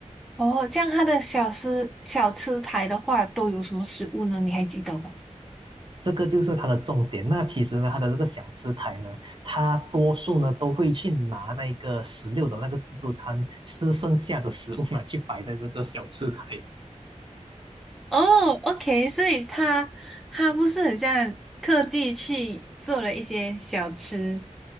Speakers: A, in the centre; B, on the right.
A: 哦，这样它的小吃小吃台的话都有什么食物呢？你还记得吗？
B: 这个就是它的重点。那其实呢，它的这个小吃台呢，它多数呢都会去拿那个十六楼那个自助餐吃剩下的食物嘛，去摆在这个小吃台。
A: 哦，OK，所以他他不是很像特地去做了一些小吃，